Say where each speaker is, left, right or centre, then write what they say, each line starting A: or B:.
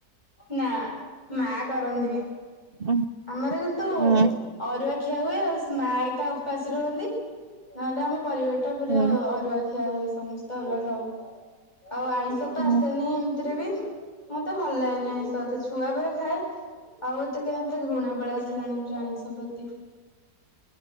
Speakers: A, on the left (about 25°); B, on the right (about 50°).
A: ନା ମା କରନ୍ତି।
B: ହୁଁ
A: ଆମର କିନ୍ତୁ
B: ହୁଁ
A: ଅରୁଆଖିଆ ହୁଏ ଆଉ ମା ଏକା ଉପାସ ରୁହନ୍ତି ନହେଲେ ଆମ ପରିବାର ଟା ପୁରା
B: ହୁଁ
A: ଅରୁଆଖିଆ ହୁଏ ସମସ୍ତେ। ତ ଅରୁଆ ଖାଉ ଆଉ ଆଇଁଷ ତ
B: ହୁଁ
A: ଆସେନି ଏମିତିରେ ବି। ମତେ ଭଲ ଲାଗେନି ଆଇଁଷ ଏତେ ଛୁଆ ବେଳେ ଖାଏ। ଆଉ ଏତେ କେମିତି ଘୃଣା ପଳେଇ ଆସିଲାଣି ଆଇଁଷ ପ୍ରତି।